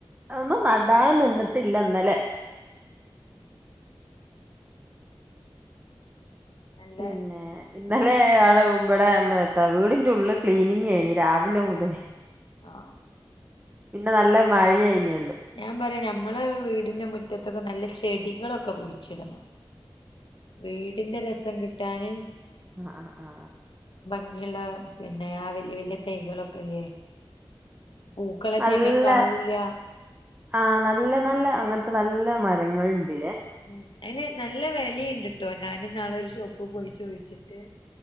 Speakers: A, on the right (about 20°); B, on the left (about 70°).
A: ഒന്നും നടാനൊന്നും നിന്നിട്ടില്ലന്നലെ
B: ഉം നല്ല
A: പിന്നെ
B: പിന്നെ
A: ഇന്നലെ <unintelligible> ഇവിടെ മ് ത്താ വീടിന്റെ ഉള്ള് ക്ലീനിങ്ങയ്നി രാവിലെ മുതൽ
B: ആ
A: പിന്നെ നല്ല മഴയായിനി
B: ഞാൻ പറയ ഞാ മ്മള വീടിന്റെ മുറ്റത്തൊക്കെ നല്ല ചെടികളൊക്കെ കുഴിച്ചിടണം വീടിന്റെ രസം കി ട്ടാന്
A: ആ ആ ആ
B: ങ്കിള്ള പിന്നെ ആ വല്യ വല്യ തൈകളൊക്കെല്ലേ പൂക്കളെ
A: നല്ല
B: ടൈമ ഉണ്ടാവൂല്ല
A: ആ നല്ല നല്ല അങ്ങനത്തെ നല്ല മരങ്ങൾ ണ്ട് ലെ
B: ഉം അയിന് നല്ല വെലിണ്ട്ട്ടോ ഞാന്ന്നാളൊരു ഷോപ്പ് പോയി ചോയ്ച്ചിട്ട്